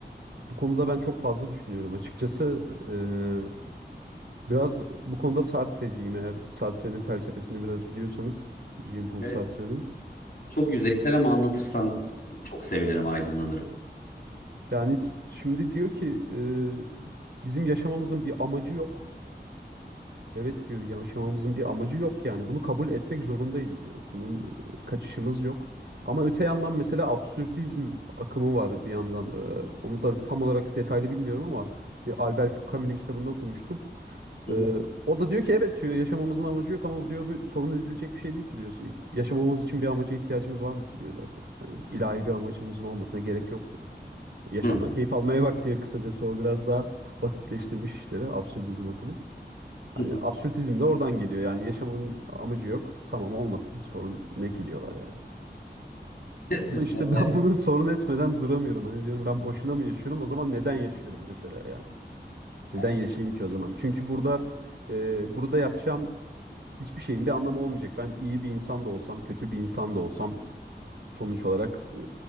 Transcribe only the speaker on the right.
bu konuda ben çok fazla düşünüyorum açıkçası. Ee, biraz bu konuda Sartre'ciyim eğer Sartre'nin felsefesini biraz biliyorsanız. Jean-Paul
Sartre'nin.
Yani şimdi diyor ki e, bizim yaşamamızın bir amacı yok. Evet diyor yaşamamızın bir amacı yok yani. Bunu kabul etmek zorundayız diyor. Bunun e, kaçışımız yok. Ama öte yandan mesela absürdizm akımı var bir yandan. Ee, onu da tam olarak detaylı bilmiyorum ama bir Albert Camus'un kitabında okumuştum.
Ee,
o da diyor ki evet diyor yaşamamızın amacı yok ama diyor bu sorun edilecek bir şey değil ki diyor. Yaşamamız için bir amaca ihtiyacımız var mı ki diyor zaten. Hani ilahi bir amacımızın olmasına gerek yok diyor. Yaşamdan
keyif almaya bak diyor kısacası o biraz daha basitleştirmiş işleri absürdizm akımı. Hani
absürtizm de oradan geliyor. Yani yaşamanın amacı yok. Tamam olmasın. Sorun ne ki diyorlar yani.
Ama işte
ben bunu <laughs> sorun etmeden duramıyorum. Hani diyorum ben boşuna mı yaşıyorum? O zaman neden yaşıyorum mesela yani? Neden
yaşayayım ki o zaman? Çünkü burada e, burada yapacağım hiçbir şeyin bir anlamı olmayacak. Ben iyi bir insan da olsam, kötü bir insan da olsam sonuç olarak e,